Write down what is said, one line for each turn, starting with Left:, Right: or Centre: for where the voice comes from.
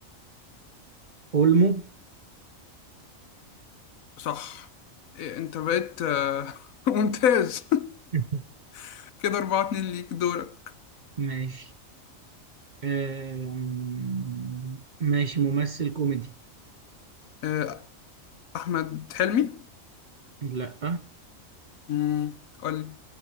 Right: اولمو
Left: صح إيه، انت بقيت آه، <laughs> ممتاز
Right: <laughs>
Left: <laughs> كده أربعة اتنين ليك دورك
Right: ماشي آم، ماشي ممثل كوميدي
Left: آه، أحمد حلمي
Right: لا
Left: مم، قولي